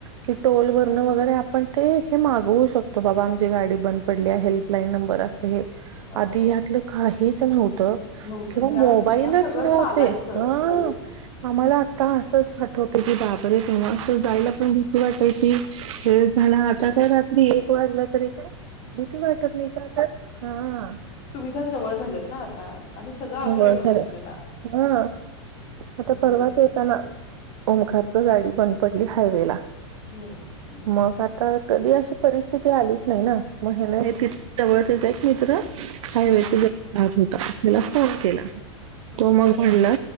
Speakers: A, on the right; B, on the left.
A: कि टोल व वगैरे आपण ते हे मागवू शकतो बाबा आमची गाडी बंद पडली आहे हेल्पलाईन नंबर असत हे
B: हो
A: आधी
B: हो
A: यातलं
B: हो.
A: काहीच नव्हतं
B: नव्हतं
A: किंवा
B: त्यावेळी
A: मोबाईलच
B: सुद्धा सगळं
A: नव्हते
B: चालायचं
A: हा
B: हो
A: आम्हाला आता असंच वाट होते की बाबरे तेव्हा स जायला पण दिशी वाटाय की खेळ झाला आता काय रात्री एक वाजला तरी काय भीती वाटत नाही का तर हा
B: सुविधा जवळ झाल्यात ना आता आणि सगळं
A: ह
B: अवेलेबल
A: बळ झार
B: आहे आपल्याला.
A: हा आता
B: अं,
A: परवाच
B: बर
A: येताना ओमकार गाडी बंद पडली हायवे ला
B: हम्म हम्म.
A: मग तर कधी अशी परिस्थिती आलीच नाही ना मग हेना
B: हम्म
A: तिथ जवळ येत आहे एक मित्र हायवेचा
B: हम्म
A: ज भाग होता त्याला फोन केला
B: हम्म
A: तो मग घडला